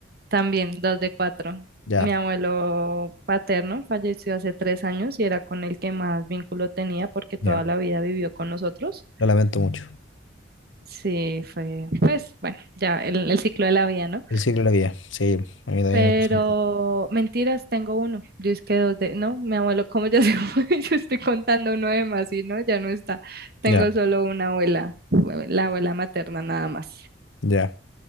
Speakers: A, on the right (about 50°); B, on the left (about 75°).
A: también, dos de cuatro.
B: Ya,
A: Mi abuelo paterno falleció hace tres años y era con el que más vínculo tenía porque toda
B: ya,
A: la vida vivió con nosotros.
B: lo lamento mucho.
A: Sí, fue, pues, bueno, ya el, el ciclo de la vida, ¿no?
B: El ciclo de la vida, sí, a mí también
A: Pero
B: me pasó.
A: mentiras, tengo uno. Yo es que dos de, no, mi abuelo, como ya se fue? <laughs> Yo estoy contando uno de más y no, ya no está. Tengo
B: Ya,
A: solo una abuela, la abuela materna nada más.
B: ya.